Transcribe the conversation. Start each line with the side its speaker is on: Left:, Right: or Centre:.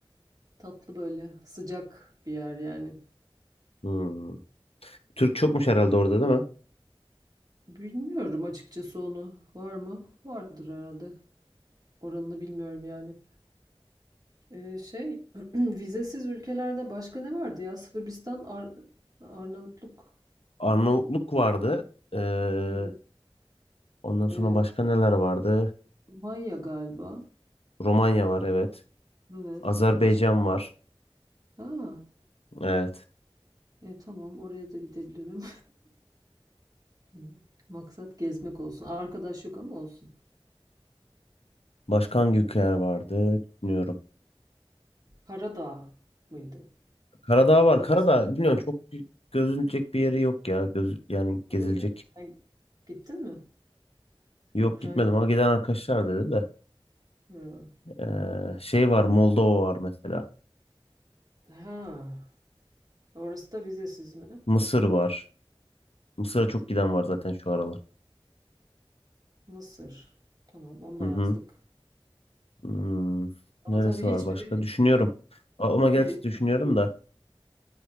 Right: Tatlı böyle, sıcak bir yer yani.
Left: Hmm. Türk çokmuş herhalde orada değil mi?
Right: Bilmiyorum açıkçası onu. Var mı? Vardır herhalde. Oranını bilmiyorum yani. Ee, şey, <clears throat> vizesiz ülkelerde başka ne vardı ya? Sırbistan, Ar- Arnavutluk,
Left: Arnavutluk vardı. Ee,
Right: evet.
Left: ondan sonra
Right: Ee,
Left: başka neler vardı?
Right: Romanya galiba.
Left: Romanya var evet.
Right: Evet.
Left: Azerbaycan
Right: Başka?
Left: var.
Right: Ha.
Left: Evet.
Right: E, tamam, oraya da gidebilirim. Hı. Maksat gezmek olsun. Arkadaş yok ama olsun.
Left: Başka hangi ülkeler vardı? Bilmiyorum.
Right: Karadağ mıydı?
Left: Karadağ var.
Right: Orası
Left: Karadağ biliyorsun çok gözülecek bir yeri yok ya. Göz, yani gezilecek.
Right: öyle mi? Sen gittin mi?
Left: Yok
Right: Ukrayna.
Left: gitmedim ama giden arkadaşlar dedi de.
Right: Hı.
Left: Ee, şey var Moldova var mesela.
Right: Ha. Orası da vizesiz mi?
Left: Mısır var. Mısır'a çok giden var zaten şu aralar.
Right: Mısır. Tamam, onu da
Left: Hı
Right: yazdık.
Left: hı. Hmm,
Right: Ama
Left: Neresi
Right: tabii hiçbiri
Left: var başka? Düşünüyorum. A- Ama gerçi
Right: bir İsrail
Left: düşünüyorum
Right: değil.
Left: da